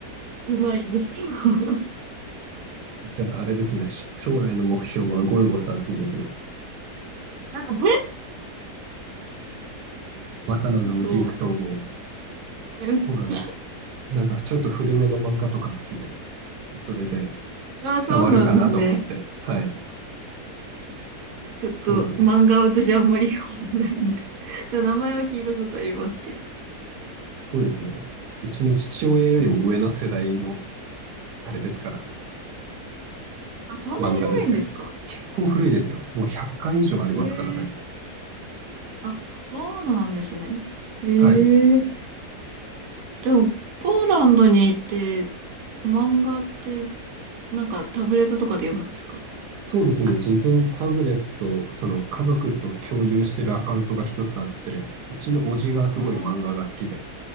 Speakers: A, on the right; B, on the right.
A: うまいんですよ。<laughs>
B: <laughs> じゃああれですね。し将来の目標はゴルゴ13ですね。
A: まだね
B: またの名をデューク統合。
A: そう。<laughs>
B: そうなんです。なんかちょっと古めの漫画とか好きで、それで
A: あ、そうなんですね。
B: 伝わるかなと思って。はい。
A: ちょっと漫画は私あんまり読まないんで
B: そうなんです。
A: <laughs> 名前は聞いたことありますけど。
B: そうですね。うちの父親よりも上の世代の
A: うん。
B: あれですからね。
A: あ、そんなに古いんですか
B: 漫画ですから。結構古いですよ。もう100巻以上ありますからね。
A: ええあ、そうなんですね。ええ
B: はい。
A: でも、ポーランドに行って、漫画って、なんかタブレットとかで読むんですか
B: そうですね。自分タブレット、その家族と共有してるアカウントが一つあって、うちの叔父がすごい漫画が好きで。
A: あ